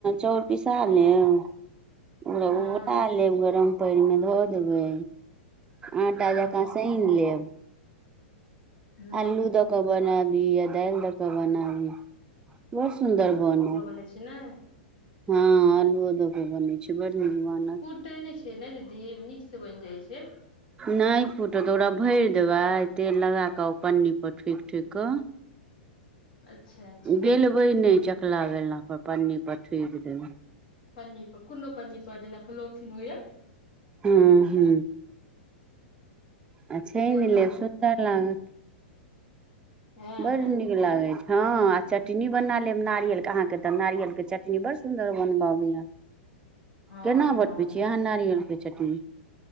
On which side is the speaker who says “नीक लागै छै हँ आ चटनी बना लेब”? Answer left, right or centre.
Right